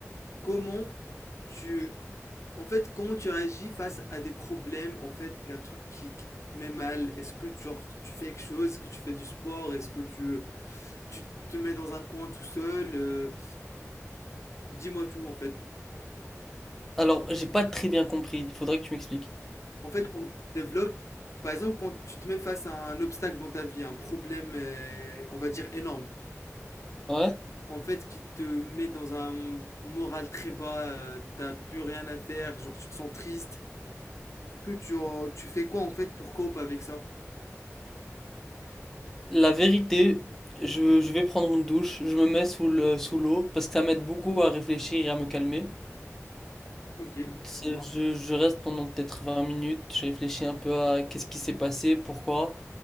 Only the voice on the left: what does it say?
Comment tu en fait, comment tu réagis face à des problèmes, en fait, qu'un truc qui qui te met mal? Est-ce que tu genre, tu fais quelque chose? Est-ce que tu fais du sport? Est-ce que tu tu te mets dans un coin tout seul? Heu, dis-moi tout, en fait.
En fait, quand tu développes par exemple, quand tu te mets face à un obstacle dans ta vie, un problème, heu, on va dire énorme,
en fait, qui te met dans un moral très bas, heu, tu plus rien à faire, genre tu te sens triste, que tu en tu fais quoi, en fait, pour cope avec ça?
Ok.